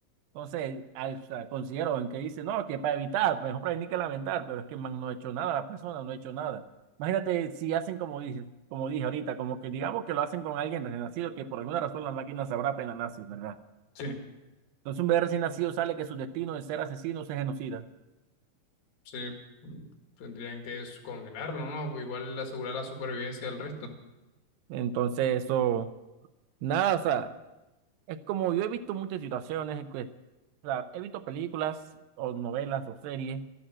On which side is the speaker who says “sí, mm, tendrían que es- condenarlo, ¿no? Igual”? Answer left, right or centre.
Left